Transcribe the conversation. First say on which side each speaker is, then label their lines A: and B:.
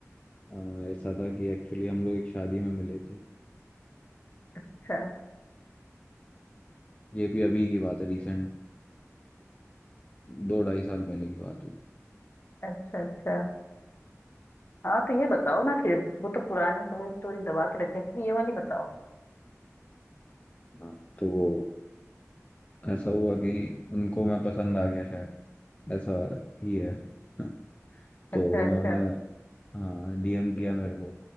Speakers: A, on the left (about 25°); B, on the left (about 45°).
A: अ, ऐसा था कि एक्चुअली हम लोग एक शादी में मिले थे
B: अच्छा
A: ये भी अभी की बात है रिसेंट दो ढाई साल पहले की बात होगी
B: अच्छा अच्छा हाँ तो ये बताओ ना फिर वो तो पुरानी पुलिस स्टोरी दबा के रख रही थी ये वाली बताओ
A: हाँ तो वो ऐसा हुआ कि उनको मैं पसंद आ गया शायद ऐसा ही है <laughs> तो
B: अच्छा
A: उन्होंने
B: अच्छा
A: हाँ डीएम किया मेरे को